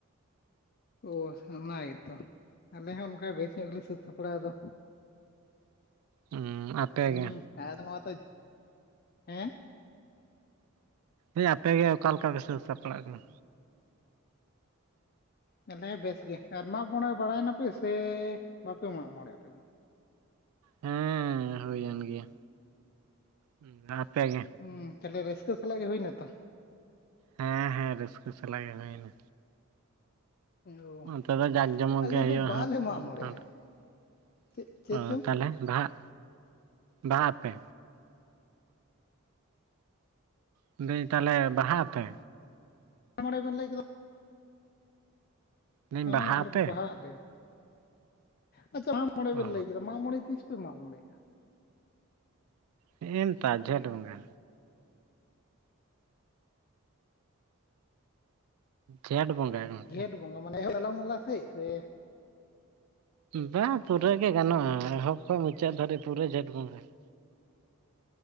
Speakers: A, on the left (about 40°); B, on the right (about 80°).
A: ᱚ ᱚᱱᱟ ᱜᱮᱛᱚ ᱟᱞᱮ ᱦᱚᱸ ᱚᱱᱠᱟ ᱵᱮᱥ ᱧᱚᱜ ᱜᱮᱞᱮ ᱥᱟᱹᱛ ᱥᱟᱯᱲᱟᱣ ᱫᱚ
B: ᱦᱩᱸ ᱟᱯᱮ
A: ᱦᱩᱸ
B: ᱜᱮ
A: ᱟᱫᱚ ᱱᱚᱣᱟᱛᱚ ᱦᱮᱸ?
B: ᱞᱮ ᱟᱯᱮᱜᱮ ᱚᱠᱟ ᱞᱮᱠᱟ ᱯᱮ ᱥᱟᱹᱛ ᱥᱟᱯᱲᱟᱜ ᱠᱟᱱᱟ?
A: ᱦᱩᱸ ᱟᱞᱮ ᱵᱮᱥ ᱜᱮ, ᱟᱨ ᱢᱟᱜ ᱢᱚᱬᱮ ᱵᱟᱲᱟᱭ ᱱᱟᱯᱮ ᱥᱮ ᱵᱟᱯᱮ ᱢᱟᱜ ᱢᱚᱬᱮᱜᱼᱟ ᱟᱯᱮ ᱫᱚ?
B: ᱦᱮᱸ ᱦᱩᱭᱮᱱ ᱜᱮᱭᱟ, ᱦᱩᱸ ᱟᱯᱮ ᱜᱮ?
A: ᱦᱩᱸ ᱛᱟᱦᱚᱞᱮ ᱨᱟᱹᱥᱠᱟᱹ ᱥᱟᱞᱟᱜ ᱜᱮ ᱦᱩᱭᱱᱟ ᱛᱚ?
B: ᱦᱮᱸ ᱦᱮᱸ ᱨᱟᱹᱥᱠᱟᱹ ᱥᱟᱞᱟᱜ ᱜᱮ ᱦᱩᱭ ᱱᱟ᱾
A: ᱳ
B: ᱚᱱᱛᱮ ᱫᱚ ᱡᱟᱸᱠ ᱡᱚᱢᱚᱠ
A: ᱟᱞᱮ
B: ᱜᱮ
A: ᱫᱚ
B: ᱦᱩᱭᱩᱜᱼᱟ
A: ᱵᱟᱞᱮ
B: ᱦᱟᱸᱜ
A: ᱢᱟᱜ ᱢᱚᱬᱮᱜᱼᱟ
B: <inaudible>
A: ᱪᱮᱫ ᱪᱮᱫ
B: ᱚ
A: ᱪᱚᱝ
B: ᱛᱟᱦᱞᱮ ᱵᱟᱦᱟᱜ ᱵᱟᱦᱟᱜ ᱟᱯᱮ? ᱢᱮᱱᱫᱟᱹᱧ ᱛᱟᱦᱚᱞᱮ ᱵᱟᱦᱟᱜ ᱟᱯᱮ?
A: ᱢᱚᱬᱮ ᱵᱮᱱ ᱞᱟᱹᱭ ᱠᱮᱫᱟ
B: ᱞᱟᱹᱭᱟᱹᱧ
A: ᱦᱮᱸ
B: ᱵᱟᱦᱟᱜ
A: ᱟᱞᱮ
B: ᱟᱯᱮ?
A: ᱫᱚ ᱵᱟᱦᱟᱜ ᱟᱞᱮ, ᱟᱪᱪᱷᱟ ᱢᱟᱜ ᱢᱚᱬᱮ
B: ᱚ
A: ᱵᱮᱱ ᱞᱟᱹᱭ ᱠᱮᱫᱟ ᱢᱟᱜ ᱢᱚᱬᱮ ᱛᱤᱥ ᱯᱮ ᱢᱟᱜ ᱢᱚᱬᱮᱜᱼᱟ?
B: ᱦᱮᱸᱜᱼᱮ ᱱᱮᱛᱟᱨ ᱡᱷᱮᱸᱴ ᱵᱚᱸᱜᱟ᱾ ᱡᱷᱮᱸᱴ ᱵᱚᱸᱜᱟ᱾ ᱜᱚᱝᱠᱮ
A: ᱡᱷᱮᱸᱴ ᱵᱚᱸᱜᱟ ᱢᱟᱱᱮ ᱮᱦᱚᱵ ᱛᱟᱞᱟᱢᱟᱞᱟ ᱥᱮᱫ ᱥᱮ
B: ᱵᱟᱝ ᱯᱩᱨᱟᱹ ᱜᱮ ᱜᱟᱱᱚᱜᱼᱟ ᱮᱦᱚᱵ ᱠᱷᱚᱡ ᱢᱩᱪᱟᱹᱫ ᱫᱷᱚᱨᱮᱡ ᱯᱩᱨᱟᱹ ᱡᱷᱮᱸᱴ ᱵᱚᱸᱜᱟ ᱜᱮ᱾